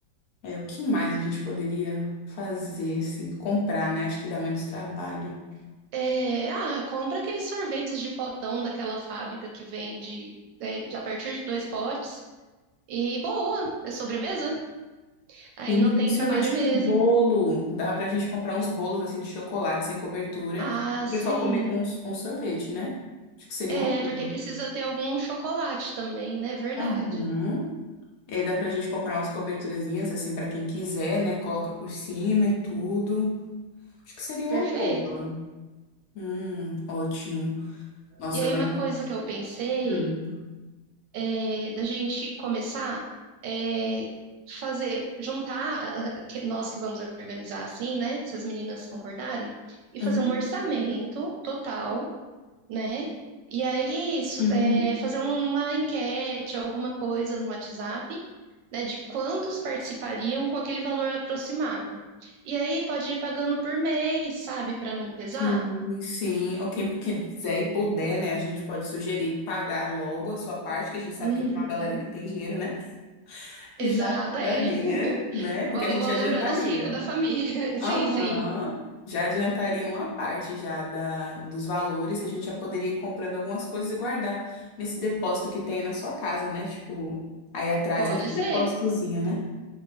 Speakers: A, on the left; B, on the right.
A: É, o que mais a gente poderia fazer, assim, comprar, né? Acho que dá menos trabalho.
B: É, ah, compra aqueles sorvetes de potão daquela fábrica que vende é, de- a partir de dois potes. E boa, é sobremesa. Aí
A: Sim,
B: não tem
A: um sorvete
B: trabalho mesmo.
A: com bolo. Dá pra gente comprar uns bolos, assim, de chocolate sem cobertura.
B: Ah,
A: E
B: sim.
A: o pessoal comer com, com sorvete, né? Acho que seria
B: É,
A: uma boa.
B: porque precisa ter algum chocolate também, né? Verdade.
A: Uhum. E aí dá pra gente comprar umas coberturazinhas, assim, pra quem quiser, né? Coloca por cima e tudo. Acho que seria uma
B: Perfeito.
A: boa. Hum, ótimo. Nossa,
B: E aí,
A: mas.
B: uma coisa que eu pensei
A: Hum.
B: é da gente começar é fazer, juntar ah, ah, que- nós que vamos organizar assim, né? Se as meninas concordarem, e
A: Uhum,
B: fazer um orçamento total né? E aí su-
A: uhum.
B: é, fazer uma enquete, alguma coisa no WhatsApp, né, de quantos participariam com aquele valor aproximado. E aí pode ir pagando por mês, sabe, para não pesar.
A: Sim, sim. Ou quem quiser e puder, né? A gente pode sugerir pagar logo a sua parte, que a gente sabe
B: Uhum.
A: que tem uma galera que tem dinheiro, né?
B: Exato,
A: Já ajudaria,
B: é. <laughs>
A: né? Porque
B: Vamos,
A: a gente
B: vamos
A: adiantaria.
B: lembrar dos ricos da família. <laughs> Sim,
A: Aham.
B: sim.
A: Já adiantaria uma parte já da, dos valores, e a gente já poderia ir comprando algumas coisas e guardar nesse depósito que tem na sua casa, né? Tipo, aí atrás,
B: Pode
A: é tipo
B: ser.
A: um depósitozinho, né?